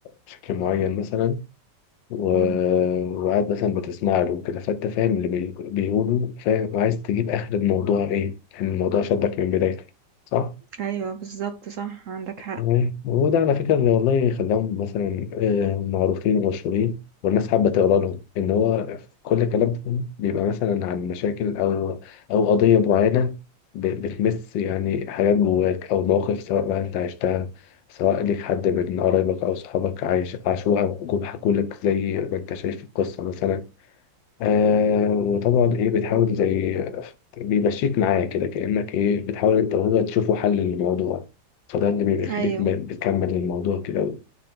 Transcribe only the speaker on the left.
بشكل معين مثلا و-
وقاعد مثلا بتسمع له وكده فانت فاهم اللي بي- بيقوله فاهم وعايز تجيب اخر الموضوع ايه لان الموضوع شدك من بدايته صح
أيوة.
وهو ده على فكره اللي والله خلاهم مثلا آه، معروفين ومشهورين والناس حابه تقرا لهم ان هو كل كلامهم بيبقى مثلا عن مشاكل او او قضيه معينه ب- بتمس يعني حاجات جواك او مواقف سواء بقى انت عشتها سواء ليك حد من قرايبك او صحابك عايش عاشوها جم حكولك زي ما انت شايف في القصه مثلا آه وطبعا ايه بتحاول زي بيمشيك معاه كده كأنك ايه بتحاول انت وهو تشوفوا حل للموضوع فده اللي بيخليك
م- بتكمل الموضوع كده